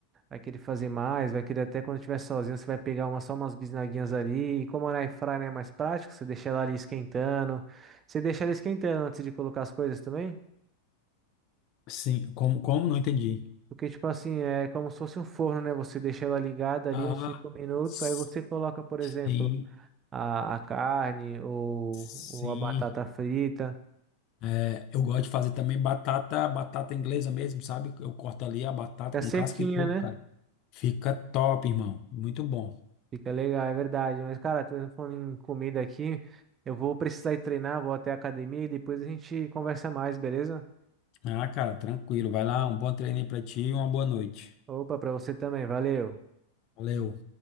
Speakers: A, on the right; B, on the left.
A: vai querer fazer mais, vai querer até quando estiver sozinho, você vai pegar uma, só umas bisnaguinhas ali. E como a air fryer é mais prático, você deixa ela ali esquentando. Você deixa ela esquentando antes de colocar as coisas também.
B: Sim, como, como? Não entendi.
A: Porque, tipo assim, é como se fosse um forno, né? Você deixa ela ligada ali
B: Ah,
A: uns 5 minutos,
B: s-
A: aí você coloca, por exemplo,
B: sim,
A: a, a carne ou,
B: sim.
A: ou a batata frita.
B: É, eu gosto de fazer também batata, batata inglesa mesmo, sabe? Eu corto ali a batata
A: Fica
B: com
A: sequinha,
B: casca e tudo,
A: né?
B: cara. Fica top, irmão. Muito bom.
A: Fica legal, é verdade. Mas, cara, tô falando em comida aqui. Eu vou precisar ir treinar, vou até a academia e depois a gente conversa mais, beleza?
B: Ah, cara, tranquilo. Vai lá, um bom treino aí pra ti e uma boa noite.
A: Opa, pra você também, valeu.
B: Valeu.